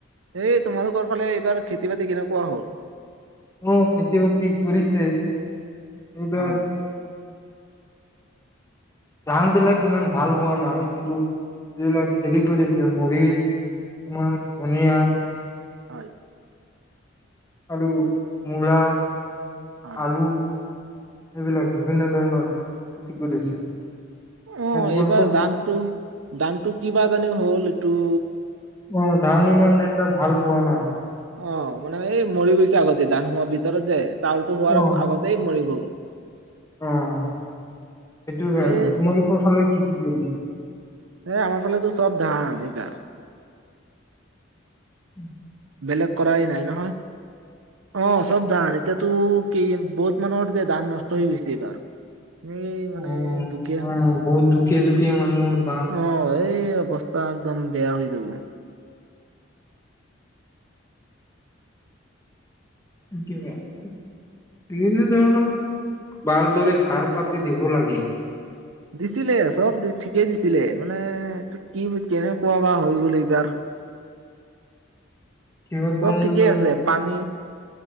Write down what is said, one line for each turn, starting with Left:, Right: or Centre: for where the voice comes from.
Right: এই তোমালোকৰ ফালে এইবাৰ খেতি বাতি কেনেকুৱা হ'ল?
Left: উ খেতি বাতি কৰিছে। এইবাৰ
Right: অ'
Left: ধান বিলাক ইমান ভাল হোৱা নাই, কিন্তু যিবিলাক হেৰি কৰিছে মৰিচ, তমাৰ ধনিয়া,
Right: হয়।
Left: আৰু মূৰা
Right: হয়
Left: আলু এইবিলাক বিভিন্ন ধৰণৰ খেতি কৰিছে।
Right: অ
Left: এ, তোমালোকৰ
Right: এইবাৰ দামটো দামতটো কিবা জানো হ'ল টো
Left: অ ধান ইমান এটা ভাল হোৱা নাই।
Right: অ মানে এই মৰি গৈছে আগতে দান হোৱাৰ ভিতৰত যে চাউলটো হোৱাৰ
Left: অ
Right: আগতেই মৰি গ'ল। <inaudible>
Left: অ সেইটো কাৰণে
Right: এই
Left: তোমালোকৰ ফালে কি কি কৰিছা?
Right: হে আমাৰ ফালেতো চব ধান এইবাৰ
Left: উম
Right: বেলেগ কৰাই নাই নহয় অ চব ধান এতিয়াতো কি বহুত মানুহৰতিয়া দান নষ্ট হৈ গৈছে এইবাৰ এই
Left: <unintelligible>
Right: মানে দুখীয়া
Left: বহুত দুখীয়া দুখীয়া মানুহৰ ধান
Right: অ এই অৱস্থা একদম বেয়া হৈ যাব।
Left: <unintelligible> পিনে এ ধণ বাল দৰে খাৰ পাতি দিব লাগে।
Right: দিছিলে চব ঠিকেই দিছিলে মানে কি কেনেকুৱা বা হৈ গ'ল এইবাৰ
Left: কিহৰ
Right: চব
Left: কাৰণে
Right: ঠিকেই
Left: নাজানো
Right: আছে পানী